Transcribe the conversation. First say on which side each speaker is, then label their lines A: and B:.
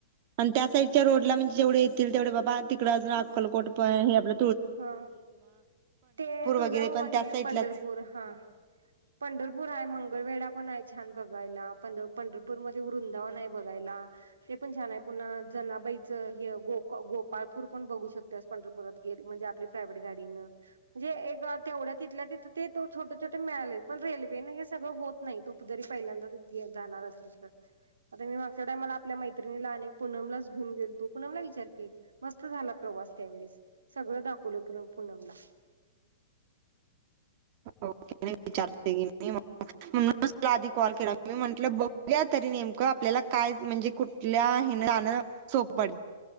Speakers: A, on the right (about 45°); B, on the right (about 85°).
A: आणि त्या साइडच्या रोडला म्हणजे जेवढे येतील तेवढे बाबा तिकडं अजून अक्कलकोट पण हे आपल
B: हा ते तुळजाभवानी
A: वगैरे पण त्या
B: आहे
A: साईडलाच
B: पंढरपूर हा पंढरपूर आहे मंगळवेढा पण आहे छान बघायला पण पंढरपूर मध्ये वृंदावन आहे बघायला ते पण छान आहे पुन्हा जनाबाईचं हे गो गोपाळपूर पण बघू शकतेस पंढरपुरात गेल्याव म्हणजे आपली प्रायव्हेट गाडीन. म्हणजे एक तेवढ्या तिथल्या तिथं ते तो छोट छोटे मिळाले पण रेल्वेने हे सगळं होत नाही तू जरी पहिल्यांदाच जाणार असली तर आता मी मागच्या टयमाला आपल्या मैत्रिणीला आनिक पुनमलाच घेऊन गेलतो. पुनमला विचार की मस्त झाला प्रवास त्यावेळेस. सगळं दाखवलं पु पुनमला.
A: ओके विचारते क म म्हणून आधी कॉल केला म म्हट बघूयात. तरी नेमकं आपल्याला
B: हम्म
A: काय म्हणजे कुठ कुठल्या ह्याण चोपड